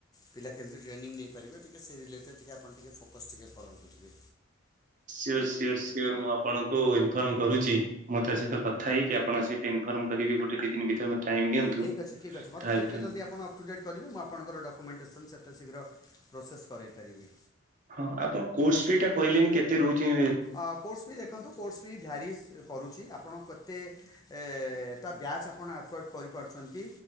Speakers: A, on the left (about 20°); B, on the right (about 40°).
A: ପିଲା କେମିତି ଟ୍ରେନିଂ ନେଇପାରିବେ ଟିକେ ସେ ରିଲେଟେ୍ ଟିକେ ଆପଣ ଟିକେଏ ଫୋକସ୍ ଟିକିଏ କରନ୍ତୁ ଟିକେ।
B: ସଓର୍- ସଓର୍- ସିଓର୍ ମୁଁ ଆପଣଙ୍କୁ ଇନଫର୍ମ କରୁଚି। ମୁଁ ତା ସହିତ କଥା ହେଇକି ଆପଣଙ୍କୁ ଆସି ଇନଫର୍ମ କରିବି ଗୋଟେ ଦି ଦିନ ଭିତରେ ମୋତେ ଟାଇମ୍ ଦିଅନ୍ତୁ।
A: ଠିକ୍ ଅଛି-ଠିକ୍ ଅଛି ମତେ
B: ତା
A: ଯେତେ
B: ଭିତରେ
A: ଜଲ୍ଦି ଆପଣ ଅପ୍ ଟୁ ଡେଟ୍ କରିବେ ମୁଁ ଆପଣଙ୍କର ଡକ୍ୟୁମେଣ୍ଟେସନ୍ ସେତେ ଶୀଘ୍ର ପ୍ରୋସେସ୍ କରେଇପାରିବି।
B: ହଁ ଆପଣ କୋର୍ସ୍ ଫି ଟା କହିଲେନି କେତେ ରହୁଚି?
A: ଅ- କୋର୍ସ ଫି ଦେଖନ୍ତୁ କୋର୍ସ ବି ଭ୍ୟାରିସ୍ କରୁଚି ଆପଣ କେତେ ଏ ତା ବ୍ୟାଜ୍ ଆପଣ ଆଫୋର୍ଡ଼ କରିପାରୁଚନ୍ତି।